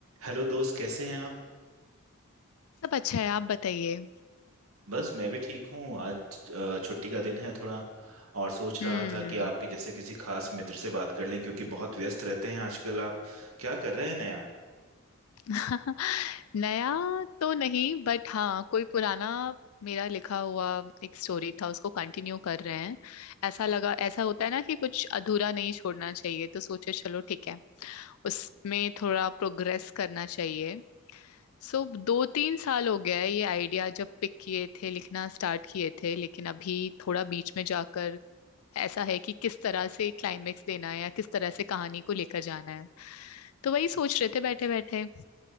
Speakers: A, on the right (about 75°); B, on the left (about 80°).
A: Hello दोस्त कैसे हैं आप
B: सब अच्छा है आप बताइए
A: बस मैं भी ठीक हूँ आज अ, छुट्टी का दिन है थोड़ा और सोच
B: हम्म
A: रहा था कि आपके जैसे किसी खास मित्र से बात कर लें क्योंकि बहुत व्यस्त रहते हैं आजकल आप क्या कर रहे हैं नया
B: <laughs> नया तो नहीं बट हाँ कोई पुराना मेरा लिखा हुआ एक स्टोरी था उसको कंटिन्यू कर रहे हैं ऐसा लगा ऐसा होता है ना कि कुछ अधूरा नहीं छोड़ना चाहिए तो सोचे चलो ठीक है उसमें थोड़ा प्रोग्रेस करना चाहिए सो दो तीन साल हो गया है ये आइडिया जब पिक किए थे लिखना स्टार्ट किए थे लेकिन अभी थोड़ा बीच में जाकर ऐसा है कि किस तरह से क्लाइमेक्स देना है या किस तरह से कहानी को लेकर जाना है तो वही सोच रहे थे बैठे बैठे